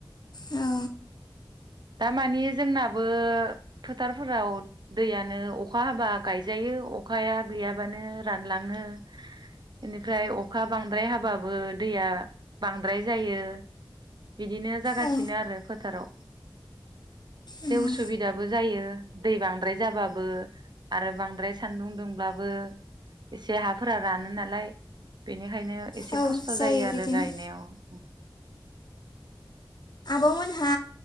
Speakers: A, on the left; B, on the right.
A: औ
B: दामानि जोंनाबो फोथारफोराव दैयानो अखा हाबा गायजायो अखाया गैयाबानो रानलाङो इनिफ्राय अखा बांद्राय हाबाबो दैया बांद्राय जायो बिदिनो जागासिनो
A: औ
B: आरो फोथाराव एसे
A: औ
B: उसुबिदाबो जायो दै बांद्राय जाबाबो आरो बांद्राय सानदुं दुंब्लाबो एसे हाफोरा रानो नालाय बेनि ओंखायनो एसे
A: औ
B: खस्थ' जायो आरो
A: बिदिनो
B: गायनायाव <inaudible>
A: मोन हा